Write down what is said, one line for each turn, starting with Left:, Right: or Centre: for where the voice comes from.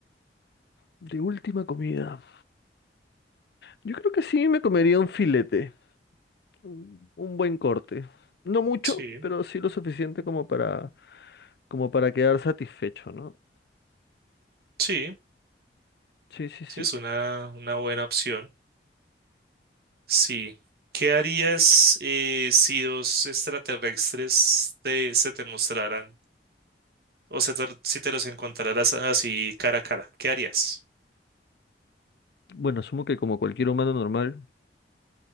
Left: de última comida. Yo creo que sí me comería un filete. Un, un buen corte. No mucho,
Right: Sí,
Left: pero sí lo suficiente como para como para quedar satisfecho, ¿no?
Right: sí,
Left: Sí, sí, sí.
Right: sí, es una, una buena opción. Sí. ¿Qué harías eh, si dos extraterrestres te- se te mostraran o se te- si te los encontraras así cara a cara? ¿Qué harías?
Left: Bueno, asumo que como cualquier humano normal,